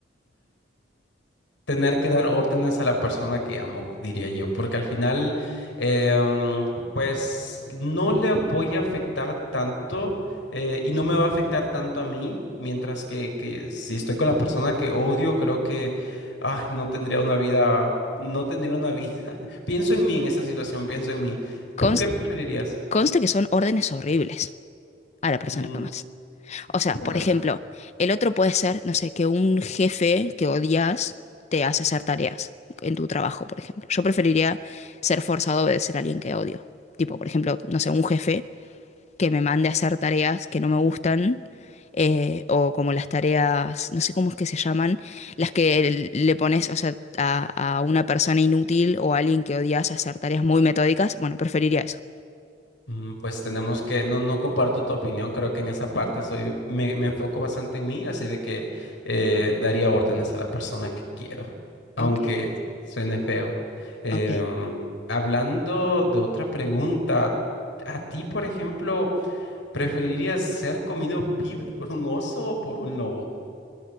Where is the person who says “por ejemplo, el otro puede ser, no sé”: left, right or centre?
Left